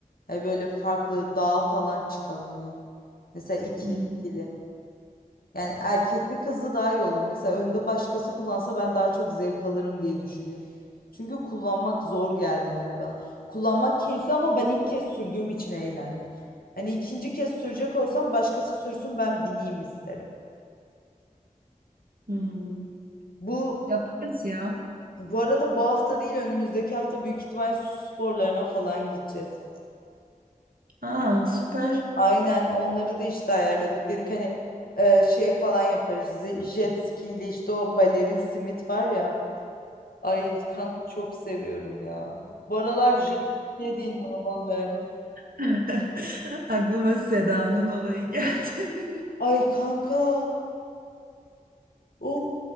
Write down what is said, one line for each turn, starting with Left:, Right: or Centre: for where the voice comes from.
Left: Hani böyle farklı dağa falan çıkalım yani. Mesela ikili
Right: Hmm.
Left: ikili. Yani erkekli kızlı daha iyi olur. Mesela önde başkası kullansa ben daha çok zevk alırım diye düşünüyorum. Çünkü kullanmak zor geldi yani bana. Kullanmak keyifli ama ben ilk kez sürdüğüm için eğlendim. Hani ikinci kez sürecek olsam başkası sürsün ben bineyim isterim.
Right: Hmm.
Left: Bu
Right: Yaparız ya.
Left: bu arada bu hafta değil önümüzdeki hafta büyük ihtimalle su sporlarına falan gideceğiz.
Right: Aa süper.
Left: Aynen onları da işte ayarladık. Dedik hani e, şey falan yaparız. ze- Jet ski ile işte o balerin simit var ya. Ay kanka çok seviyorum ya. Bu aralar J.K. de inanılmaz merakım.
Right: <laughs> Aklıma Seda'nın olayı geldi. <laughs>
Left: Ay kanka. O